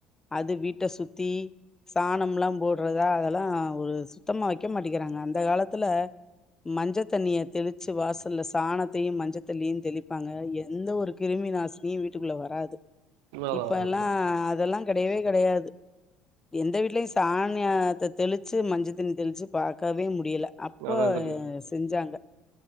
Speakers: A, on the left; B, on the right.
A: அது வீட்ட சுத்தி சாணம்லா போடறதா அதெல்லா ஒரு சுத்தமா வக்க மாட்டேங்றாங்க அந்த காலத்துல மஞ்ச தண்ணிய தெளிச்சு வாசல்ல சாணத்தையு மஞ்ச தண்ணியு தெளிப்பாங்க எந்த ஒரு கிருமி நாசினியு வீட்டுக்குள்ள வராது
B: அதா
A: இப்ப
B: அதா
A: எல்லா
B: தோழி
A: அதெல்லா கெடையவே கெடையாது எந்த வீட்லயு சாணி அத தெளிச்சு மஞ்சத்தண்ணி தெளிச்சு பாக்கவே முடியல அப்போ
B: அதா தோழி
A: செஞ்சாங்க